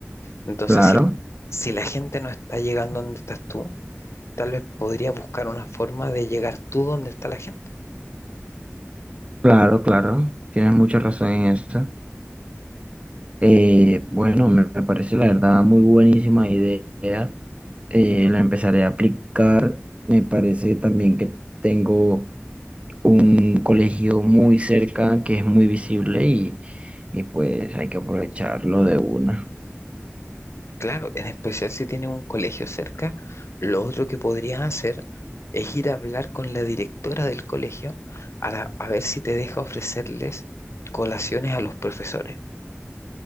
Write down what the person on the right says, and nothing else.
claro,
claro, claro. Tienes mucha razón en eso. Eh, bueno, me me parece la verdad muy buenísima idea. Eh, la empezaré a aplicar. Me parece también que tengo un colegio muy cerca que es muy visible y, y pues hay que aprovecharlo de una.